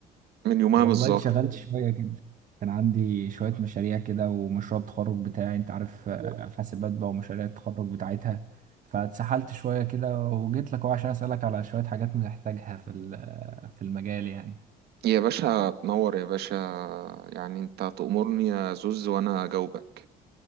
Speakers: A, on the right; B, on the right.
A: من يومها
B: والله
A: مش ظاهر
B: اتشغلت شويه كده كان عندي شويه مشاريع كده ومشروع التخرج بتاعي انت عارف آه، حاسبات بقى ومشاريع التخرج بتاعتها فاتسحلت شويه كده وجيت لك أهو عشان اسالك على شويه حاجات محتاجها في ال- في المجال يعني
A: يا باشا تنور يا باشا يعني انت تأمرني يا زوز وانا اجاوبك